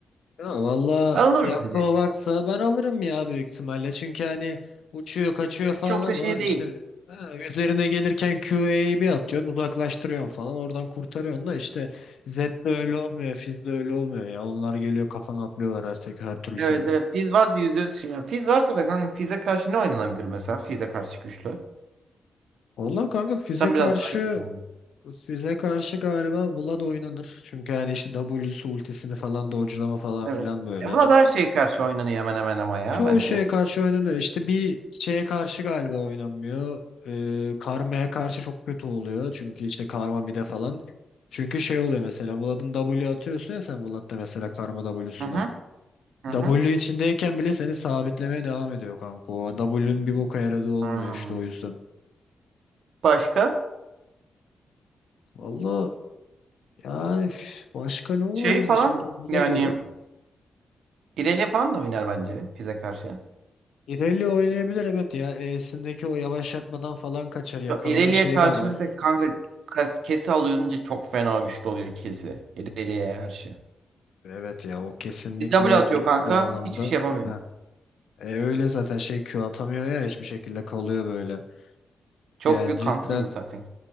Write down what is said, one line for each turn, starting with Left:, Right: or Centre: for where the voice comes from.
Left: Ya valla
Right: Alır
Left: yapma
Right: bence.
Left: varsa ben alırım ya büyük ihtimalle. Çünkü hani uçuyor kaçıyor falan
Right: Çok da
Left: ama
Right: şey
Left: işte
Right: değil.
Left: ha, üzerine gelirken QA'yı bir atıyorsun uzaklaştırıyorsun falan oradan kurtarıyorsun da işte Z'de öyle olmuyor Fizz'de öyle olmuyor ya. Onlar geliyor kafana atlıyorlar artık her türlü
Right: Evet
Left: senin.
Right: evet. Fizz varsa yüzde yüz şey. Yani Fizz varsa da kanka Fizz'e karşı ne oynanabilir mesela? Fizz'e karşı güçlü.
Left: Valla kanka Fizz'e
Right: Sen
Left: karşı
Right: biraz daha iyi biliyorsun.
Left: Fizz'e karşı galiba Vlad oynanır. Çünkü hani işte W'su ultisini falan dodge'lama falan
Right: Evet.
Left: filan böyle.
Right: E burada her şeye karşı oynanıyor hemen hemen ama ya
Left: Çoğu
Right: bence.
Left: şeye karşı oynanıyor. İşte bir şeye karşı galiba oynanmıyor. Ee, karmaya karşı çok kötü oluyor. Çünkü işte karma mide falan. Çünkü şey oluyor mesela Vlad'ın W atıyorsun ya sen Vlad'da mesela karma W'suna.
Right: Hı hı. Hı
Left: W
Right: hı.
Left: içindeyken bile seni sabitlemeye devam ediyor kanka. O W'nun bir boka yaradığı olmuyor
Right: Hmm.
Left: işte o yüzden.
Right: Başka?
Left: Valla yani üf, başka ne olabilir
Right: Şeyi falan
Left: şimdi? Vlad
Right: yani
Left: olur.
Right: İrelia falan da oynar bence Fizz'e karşı.
Left: İrelia oynayabilir evet ya. E'sindeki o yavaşlatmadan falan kaçar. Yakalama
Right: Şu Irelia
Left: şeyi
Right: karşı
Left: de var.
Right: kanka kas- kesi alınca çok fena güçlü oluyor kesi. Irelia'ya karşı.
Left: Evet ya o kesinlikle
Right: Bir W atıyor
Left: ciddi
Right: kanka.
Left: anlamda
Right: Hiçbir şey yapamıyor.
Left: Ha. E, öyle zaten şey Q atamıyor ya hiçbir şekilde kalıyor böyle.
Right: Çok
Left: Yani
Right: büyük
Left: cidden
Right: counter'ıyım zaten.